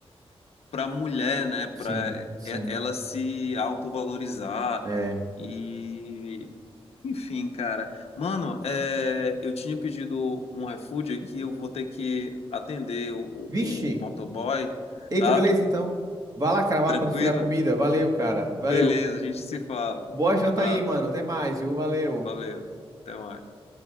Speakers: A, on the left; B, on the right.
A: para a mulher, né, para
B: sim, sim.
A: ela se autovalorizar
B: É.
A: e enfim, cara. Mano, é, eu tinha pedido um iFood aqui, eu vou ter que atender o,
B: Vixe.
A: o motoboy,
B: Eita,
A: tá?
B: beleza, então. Vai lá, cara, vai
A: Tranquilo?
B: lá quando esfriar a comida. Valeu, cara. Valeu.
A: Beleza, a gente se fala.
B: Boa janta
A: Abraço,
B: aí, mano. Até mais, viu? Valeu.
A: valeu, até mais.